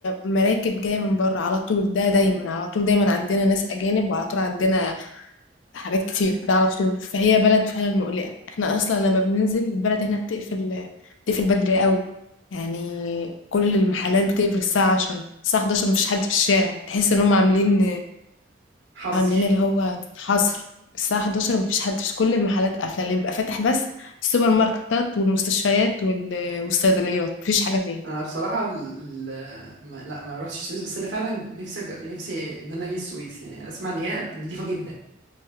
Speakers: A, on the left; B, on the right.
A: مراكب جاية من بره على طول ده دايما على طول دايما عندنا ناس أجانب وعلى طول عندنا حاجات كتير ده على طول فهي بلد فعلا مقلقة احنا اصلا لما بننزل البلد هنا بتقفل بتقفل بدري قوي يعني كل المحلات بتقفل الساعة 10 الساعة 11 مفيش حد في الشارع تحس ان هم عاملين
B: حظر
A: عاملين اللي هو حظر الساعة 11 مفيش حد في كل المحلات قافلة اللي بيبقى فاتح بس السوبر ماركتات والمستشفيات وال- والصيدليات مفيش حاجة تاني
B: انا بصراحه ال... ال- ما... لا ما رحتش السويس بس انا فعلا نفسي أج... نفسي ان انا اجي السويس يعني اسمع ان هي نظيفه جدا